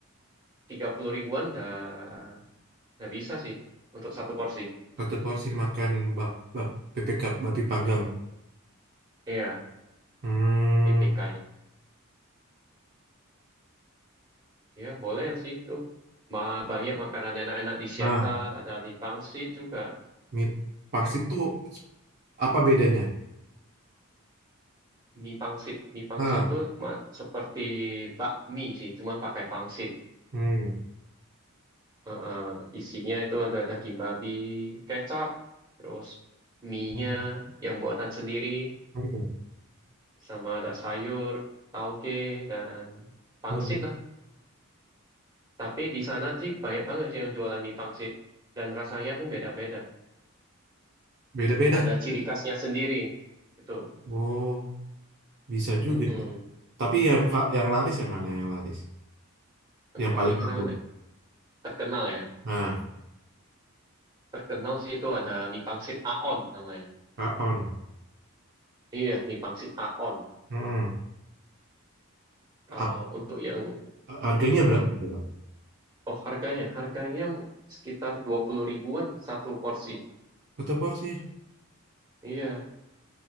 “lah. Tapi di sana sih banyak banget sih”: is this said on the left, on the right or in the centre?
Right